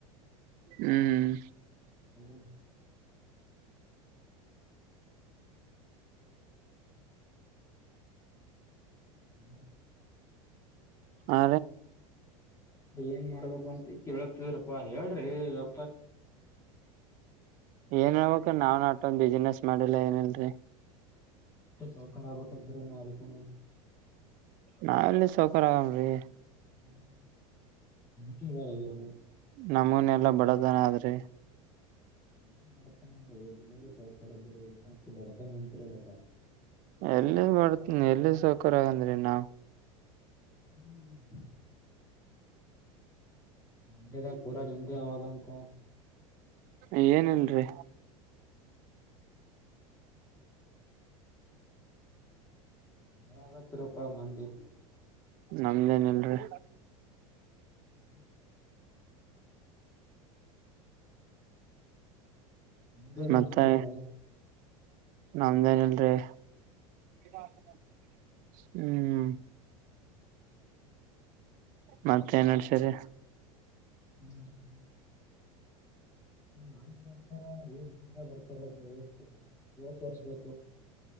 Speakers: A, on the right; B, on the left.
A: ಹ್ಮ್್ಮ
B: ಹ್ಮ್ ಹ್ಮ್ರ <unintelligible>
A: ಹ
B: ಏನ್ ಮಾಡ್ಬೇಕು ಅಂತ ಕೇಳತಿದ್ರಪ್ಪಾ ಹೇಳ್ರಿ ಅ
A: ಏನ್ ಹೇಳ್ಬೇಕ ನಾವ ನೊಂದು ಬಿಸಿನೆಸ್ ಮಾಡಿಲ್ಲಾ ಏನಲ್ರರಿ
B: ಸಾವಖರಬಖದರ ನ ಅವಿಕೂನ
A: ನಾವೆಲ್ಲಿ ಸೌಕಾರ ಆಗನ್್ರೀ
B: ಹ್ಮ್ ಟಿಗೆ ವಲೆಗರನು
A: ನಮೂನೆ ಎಲ್ಲ ಬಡದನ ಆದ್ರೆ.
B: ನ್ ಬಡ್ತಾನ ರೀ ದಿನವ ಸೌಕಾರದ್ರೀ ಬಡತಾನ ಅಂತರಲ್ಲ
A: ಎಲ್ಲ ಮಾಡರ್ತನಿ ಎಲ್ಲ ಸಾಕ ಕ್ಕರಗಂದ್ರೀ ನಾ್
B: ಹ್ಮ್ ನಂದಗ ಪೂರಾ ನಂದೆ ಅವಾಗಂತ
A: ಏನಲ್ರಿರಿ.
B: ಮಳ ಆಗತ್ತರಪ್ಪ ಮಂದಿ
A: ನಮ್ದೇನ ಇಲ್ರಿ
B: ಹ್ಮ ನಿಮ್ದೇದಂತ
A: ಮತ್ತೆ
B: ಎಲ್ಲ
A: ನಮ್ದೇನಲ್ರಿ ಹ ಹ್ಮ್ ಮತ್ತ ನ್ಡ್ಸರಿ
B: ಏನಪ್ಪ ನಿಮ್ಮ ಮಾನ್ಸಥರ ಬರ್ತಾರೆ ಅ ಎಷ್ಟು ಎಷ್ಟು ವರ್ಷ ಬೇಕು